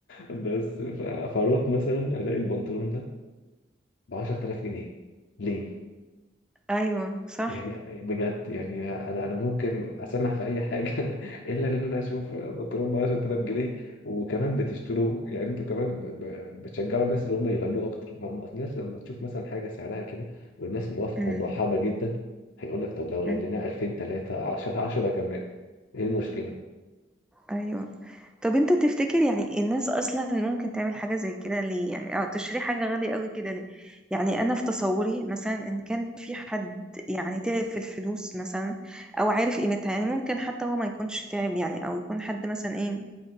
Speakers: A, on the left; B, in the centre.
A: بس ف- فاروح مثلا الاقي البنطلون ده ب 10000 جنيه ليه؟
B: ايوه صح
A: يعني بجد يعني انا انا ممكن اسمح في اي حاجه <laughs> الا ان انا اشوف بنطلون ب 10000 جنيه وكمان بتشتروه يعني انتوا كمان ب- ب- بتشجعوا الناس اللي هم يغلوه اكتر ما هم الناس لما تشوف مثلا حاجه سعرها كده والناس موافقه
B: أمم،
A: ومرحبه جدا هيقول لك طب لو غليناه
B: أمم،
A: 2000 3 10 10 كمان ايه المشكله؟
B: ايوه طب انت تفتكر يعني الناس اصلا ممكن تعمل حاجة زي كده ليه يعني اه تشتري حاجة غالية قوي كده ليه يعني انا في تصوري مثلا ان كان في حد يعني تعب في الفلوس مثلا او عارف قيمتها يعني ممكن حتى هو ما يكونش تعب يعني او يكون حد مثلا ايه